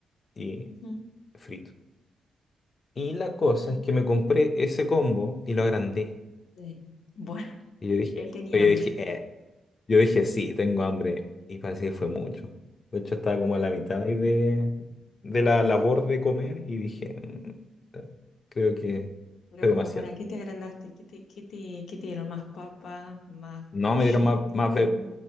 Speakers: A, on the left; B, on the left.
A: y
B: Ujú.
A: frito. Y la cosa
B: Ay,
A: es que me compré ese combo y lo agrandé.
B: sí. Bueno, <laughs>
A: Y yo dije,
B: él tenía
A: yo dije,
B: hambre.
A: "Eh, Yo dije, sí, tengo hambre. Y parece que fue mucho. De hecho, estaba como a la mitad ahí de, de la labor de comer y dije, "Mm, eh, creo que
B: Pero
A: fue
B: como,
A: demasiado.
B: ¿para qué te agrandaste? ¿Qué te, qué te, qué te dieron? ¿Más papa? ¿Más
A: No,
B: pollito?
A: me dieron más, más be-